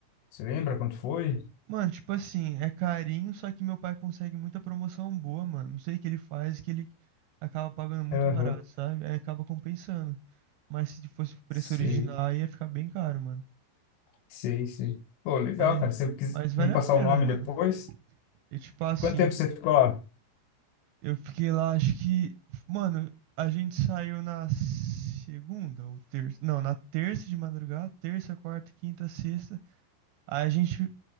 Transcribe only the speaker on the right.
Mano, tipo assim, é carinho, só que meu pai consegue muita promoção boa, mano. Não sei o que ele faz, que ele acaba pagando muito
barato, sabe? Aí acaba compensando. Mas se fosse o preço
original, aí ia ficar bem caro, mano.
Mas,
mas vale
a pena,
mano.
E tipo assim.
Eu fiquei lá, acho que. Mano, a gente saiu na segunda ou terça. Não, na terça de madrugada. Terça, quarta, quinta, sexta. Aí a gente